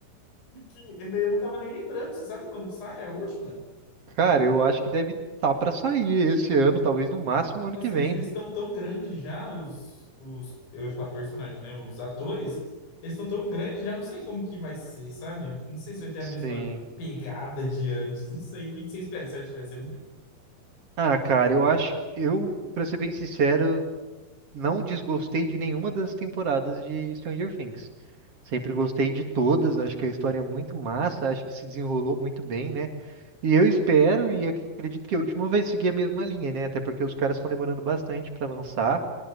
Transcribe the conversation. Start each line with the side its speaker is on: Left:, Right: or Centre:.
Left: que Eu não tava nem lembrando. Você sabe quando que sai a última?
Right: Cara, eu acho que deve estar pra sair esse ano, talvez no máximo ano
Left: Nossa,
Right: que vem.
Left: mas eles estão tão grandes já, os, os... Eu ia falar personagens, né? Os atores. Eles estão tão grandes já, não sei como que vai ser, sabe? Não sei se vai ter a
Right: Sim.
Left: mesma pegada de antes. Não sei. O que que você espera? Você acha que vai ser
Right: Ah, cara, eu acho, eu, pra ser bem sincero, não desgostei de nenhuma das temporadas de Stranger Things. Sempre gostei de todas, acho que a história é muito massa, acho que se desenrolou muito bem, né? E eu espero e acredito que a última vai seguir a mesma linha, né? Até porque os caras estão demorando bastante para lançar